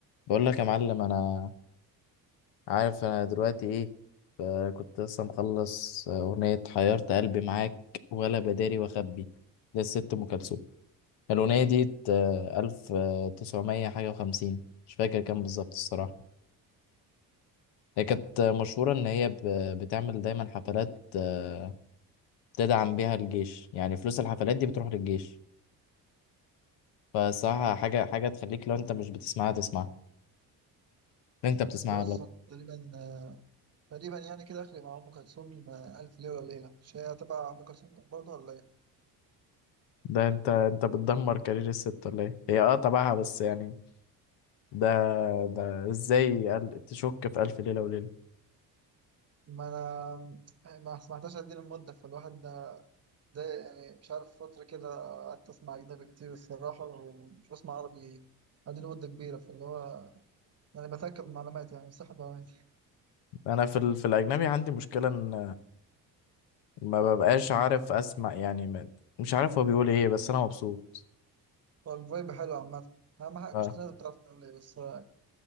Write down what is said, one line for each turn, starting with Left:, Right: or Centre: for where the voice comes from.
Left: بقول لك يا معلم انا عارف انا دلوقتي ايه ف- كنت لسه مخلص اغنية حيرت قلبي معاك ولا بداري واخبي للست ام كلثوم الاغنية دي الف تسعمية حاجة وخمسين مش فاكر كام بالظبط الصراحة هي كانت مشهورة ان هي ب- بتعمل دايما حفلات آه، تدعم بيها الجيش يعني فلوس الحفلات دي بتروح للجيش فصراحة حاجة حاجة تخليك لو انت مش بتسمعها تسمعها انت بتسمعها
Right: بص
Left: ولا لا
Right: هو تقريبا تقريبا يعني كده اخري مع ام كلثوم آه، الف ليله وليله مش هي تبع ام كلثوم برضه ولا ايه
Left: ده انت انت بتدمر كارير الست ولا ايه هي اه تبعها بس يعني ده ده ازاي قال- تشك في ألف ليلة وليلة
Right: ما انا يعني ما سمعتهاش قد ايه المده فالواحد ده, ده يعني مش عارف فتره كده قعدت اسمع اجنبي كتير الصراحه ومش بسمع عربي قد مده كبيره فاللي هو يعني بتاكد من معلوماتي يعني صح معلوماتي
Left: انا في ال... في الاجنبي عندي مشكلة ان ما ببقاش عارف اسمع يعني ما... مش عارف هو بيقول ايه بس انا مبسوط
Right: هو الفايب حلو عامه اهم حاجه
Left: آه.
Right: مش لازم تعرف تقول ايه بس آه،